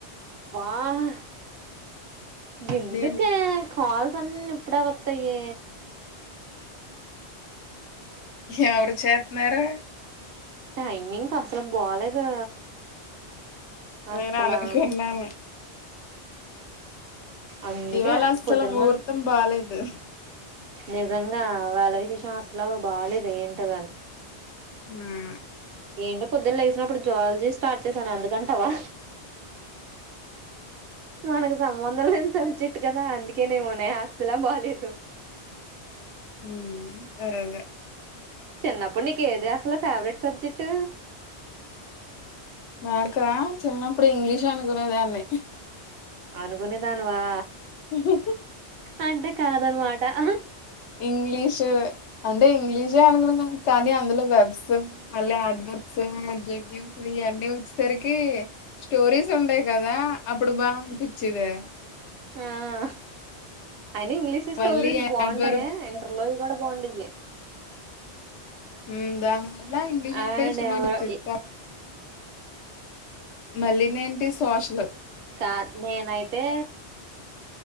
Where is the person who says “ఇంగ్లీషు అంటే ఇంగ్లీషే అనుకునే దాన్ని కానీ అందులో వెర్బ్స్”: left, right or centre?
Left